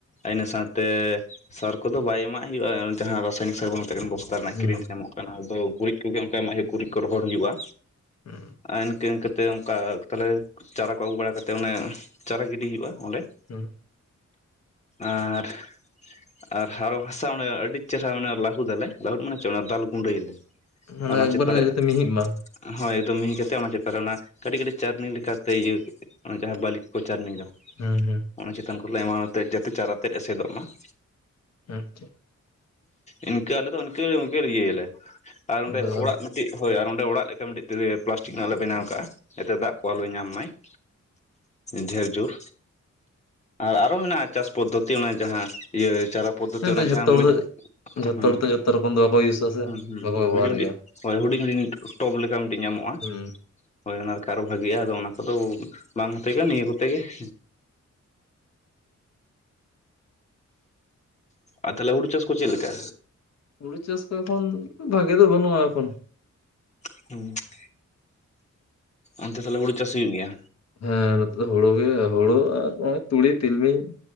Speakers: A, on the left (about 25°); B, on the left (about 60°).
A: ᱤᱱᱟᱹ ᱥᱟᱶ ᱛᱮ ᱼᱼ ᱥᱟᱨ ᱠᱚᱫᱚ ᱵᱟᱭ ᱮᱢᱟᱜ ᱦᱩᱭᱩᱜᱼᱟ ᱡᱟᱦᱟᱸ ᱨᱟᱥᱟᱭᱚᱱᱤᱠ ᱥᱟᱨ ᱵᱚᱱ ᱢᱮᱛᱟᱜ ᱠᱟᱱᱟ ᱵᱚᱥᱛᱟ ᱨᱮᱱᱟᱜ
B: ᱦᱩᱸ
A: ᱠᱤᱨᱤᱧ ᱛᱮ ᱧᱟᱢᱚᱜᱼᱟ ᱾ ᱠᱟᱱᱟ ᱟᱫᱚ ᱜᱩᱨᱤᱡ ᱠᱚᱜᱮ ᱚᱝᱠᱟ ᱮᱢᱟᱜ ᱦᱩᱭᱩᱜ ᱜᱩᱨᱤᱡ ᱠᱚ ᱨᱚᱦᱚᱲ ᱦᱩᱭᱩᱜᱼᱟ
B: ᱦᱩᱸ
A: ᱤᱱᱠᱟᱹ ᱤᱱᱠᱟᱹ ᱼᱼ ᱛᱮ ᱚᱝᱠᱟ ᱛᱟᱞᱮ ᱪᱟᱨᱟ ᱠᱚ ᱟᱹᱜᱩ ᱵᱟᱲᱟ ᱠᱟᱛᱮ ᱚᱱᱮ ᱪᱟᱨᱟ ᱜᱤᱰᱤ ᱦᱩᱭᱩᱜᱼᱟ ᱚᱸᱰᱮ ᱾
B: ᱦᱩᱸ ᱾
A: ᱟᱨ ᱼᱼ ᱟᱨ ᱦᱟᱨᱚ ᱦᱟᱥᱟ ᱚᱱᱮ ᱟᱹᱰᱤ ᱪᱮᱨᱦᱟ ᱢᱟᱱᱮ ᱞᱟᱹᱦᱩᱫ ᱫᱟᱞᱮ ᱞᱟᱹᱦᱩᱫ ᱢᱟᱱᱮ ᱪᱮᱜ ᱫᱟᱞ ᱜᱩᱸᱰᱟᱹᱭᱟᱞᱮ ᱾
B: ᱢᱟᱱᱮ
A: ᱚᱱᱟ
B: ᱮᱠᱵᱟᱨᱮ
A: ᱪᱮᱛᱟ ᱨᱮᱜ
B: ᱡᱟᱛᱮ ᱢᱤᱦᱤᱜ ᱢᱟ
A: ᱦᱳᱭ ᱮᱠᱫᱚᱢ ᱢᱤᱦᱤ ᱠᱟᱛᱮ ᱚᱱᱟ ᱪᱮᱛᱟᱱ ᱨᱮ ᱚᱱᱟ ᱠᱟᱹᱴᱤᱡ ᱠᱟᱹᱴᱤᱡ ᱪᱟᱨᱱᱤ ᱞᱮᱠᱟ ᱛᱮ ᱤᱭᱟᱹ ᱚᱱᱟ ᱡᱟᱦᱟᱸ ᱵᱟᱹᱞᱤ ᱠᱚᱠᱚ ᱪᱟᱨᱱᱤ ᱫᱚ ᱾
B: ᱦᱩᱸ ᱦᱩᱸ ᱾
A: ᱚᱱᱟ ᱪᱮᱛᱟᱱ ᱠᱚᱨᱮ ᱞᱮ ᱮᱢᱟᱣᱟᱜ ᱚᱱᱟ ᱛᱮ ᱡᱟᱛᱮ ᱪᱟᱨᱟ ᱛᱮᱫ ᱮᱥᱮᱫᱚᱜ ᱢᱟ ᱾
B: ᱟᱪᱪᱷᱟ ᱾
A: ᱤᱱᱠᱟᱹ ᱟᱞᱮ ᱫᱚ ᱤᱱᱠᱟᱹ ᱤᱱᱠᱟᱹ ᱤᱭᱟᱹᱭ ᱟᱞᱮ ᱟᱨ ᱚᱸᱰᱮ
B: ᱟᱫᱚ
A: ᱚᱲᱟᱜ
B: ᱟᱫᱚ
A: ᱼᱼ ᱴᱤᱡ ᱦᱳᱭ ᱟᱨ ᱚᱸᱰᱮ ᱚᱲᱟᱜ ᱞᱮᱠᱟ ᱢᱤᱫᱴᱤᱡ ᱛᱮ ᱯᱞᱟᱥᱴᱤᱠ ᱨᱮᱱᱟᱜ ᱞᱮ ᱵᱮᱱᱟᱣ ᱠᱟᱜᱼᱟ, ᱡᱟᱛᱮ ᱫᱟᱜ ᱠᱚ ᱟᱞᱚᱭ ᱧᱟᱢ ᱢᱟᱭ ᱾ ᱰᱷᱮᱨ ᱡᱳᱨ ᱟᱨ ᱟᱨᱚ ᱢᱮᱱᱟᱜᱼᱟ ᱪᱟᱥ ᱯᱚᱫᱽᱫᱷᱚᱛᱤ ᱚᱱᱟ ᱡᱟᱦᱟᱸ ᱼᱼ ᱤᱭᱟ. ᱪᱟᱨᱟ ᱯᱚᱫᱽᱫᱷᱚᱛᱤ
B: ᱦᱮᱸ ᱟᱫᱚ
A: ᱚᱱᱟ
B: ᱡᱷᱚᱛᱚ
A: ᱡᱟᱦᱟᱸᱢ
B: ᱦᱚᱲ
A: ᱢᱮᱱᱴ
B: ᱫᱚ ᱡᱷᱚᱛᱚ
A: ᱦᱩᱸ
B: ᱦᱚᱲ ᱛᱚ ᱡᱷᱚᱛᱚ ᱨᱚᱠᱚᱢ ᱫᱚ ᱵᱟᱠᱚ ᱤᱭᱩᱥᱟ ᱥᱮ
A: ᱦᱩᱸ
B: ᱵᱟᱠᱚ
A: ᱦᱩᱸ
B: ᱵᱮᱵᱚᱦᱟᱨ
A: ᱚᱱᱟ ᱜᱮ ᱢᱤᱫᱴᱤᱡ
B: ᱜᱮᱭᱟ
A: ᱼᱼ ᱦᱳᱭ ᱦᱩᱰᱤᱧ ᱦᱩᱰᱤᱧ ᱴᱚᱯ ᱞᱮᱠᱟ ᱢᱤᱫᱴᱤᱡ ᱧᱟᱢᱚᱜᱼᱟ
B: ᱦᱩᱸ
A: ᱾ ᱦᱳᱭ ᱚᱱᱟ ᱨᱮᱠᱷᱟᱡ ᱟᱨᱚ ᱵᱷᱟᱜᱮᱭᱟ ᱟᱫᱚ ᱚᱱᱟ ᱠᱚᱫᱚ ᱵᱟᱝ ᱦᱟᱛᱮ ᱜᱮ ᱱᱤᱭᱟᱹ ᱠᱚᱛᱮ ᱜᱮ ᱾ ᱟᱨ ᱛᱟᱦᱞᱮ ᱦᱩᱲᱩ ᱪᱟᱥ ᱠᱚ ᱪᱮᱜ ᱞᱮᱠᱟ?
B: ᱦᱩᱲᱩ ᱪᱟᱥ ᱠᱚ ᱮᱠᱷᱚᱱ ᱵᱷᱟᱜᱤ ᱫᱚ ᱵᱟᱹᱱᱩᱜᱼᱟ ᱮᱠᱷᱚᱱ ᱾
A: ᱦᱩᱸ ᱾ ᱚᱱᱛᱮ ᱛᱟᱦᱞᱮ ᱦᱩᱲᱩ ᱪᱟᱥ ᱦᱩᱭᱩᱜ ᱜᱮᱭᱟ?
B: ᱦᱮᱸ ᱱᱚᱛᱮ ᱫᱚ ᱦᱩᱲᱩ ᱜᱮ ᱦᱩᱲᱩ ᱟᱨ ᱦᱚᱜᱼᱚᱭ ᱛᱩᱲᱤ ᱛᱤᱞᱢᱤᱧ ᱾